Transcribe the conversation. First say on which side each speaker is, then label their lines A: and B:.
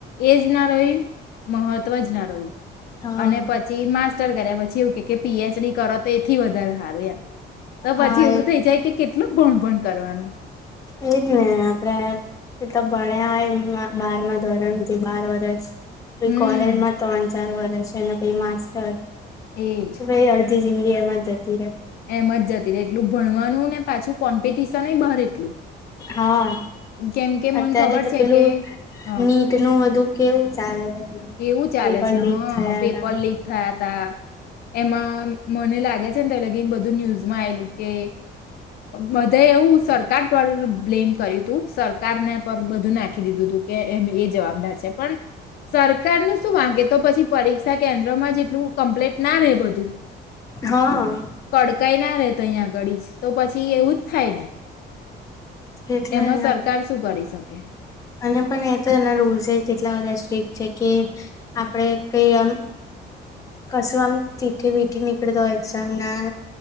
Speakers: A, on the left; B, on the left.
A: એજ ના રહી મહત્વ જ ના. <inaudible>
B: હા
A: અને પછી માસ કર્યા પછી. પીએચડી કરો તો એથી વધારે સારું એમ તો પછી
B: હા
A: એવું
B: એ
A: થઈ જાય કે. કેટલું ભણ ભણ કરવાનું.
B: એજ ને આપડે એ તો ભણ્યા હોય બારમાં ધોરણથી બાર વર્ષ. પછી
A: હમ
B: કોલેજમાં ત્રણ ચાર વર્ષ એના પછી માસ્ટર
A: એજ.
B: પહી અડધી જીંદગી એમાં જ જતી રહે
A: એમા જ જતી રહે એટલું ભણવાનું ને પાછું કોમ્પિટિશનેય બહાર એટલું.
B: હા
A: કેમ કે મને
B: અત્યારે
A: ખબર
B: તો
A: છે
B: પેલું
A: કે હ
B: નીટ નું બધું. કેવું ચાલે. છે
A: કેવું ચાલે
B: પેપર
A: છે હ
B: લીક થયા
A: પેપર
B: તા
A: લીક થયા તા એમાં મને લાગે છે. તો લગી બધું ન્યુઝમાં આવેલું કે બધા એવું સરકાર પર બ્લેમ કર્યું તું સરકારને પર બધું નાખી દીધું તું કે એમ એ જવાબદાર છે પણ. સરકાર ન શું વાગે તો પછી પરીક્ષા કેન્દ્રમાં જેટલું કમ્પ્લેટ ના રહેે બધું
B: હા
A: કડકાઈ ના રહેે તો અહીંયા આગળ જ તો પછી એવું જ થાય ને.
B: એટલા
A: એમાં
B: જ ના
A: સરકાર શું કરી શકે
B: અને પણ એ તો એના રૂલ્સ કેટલા બધા સ્ટક જે કે આપડે કઈ આમ કશું આમ તીખી મીઠી નીકળે તો એક્ઝામ ના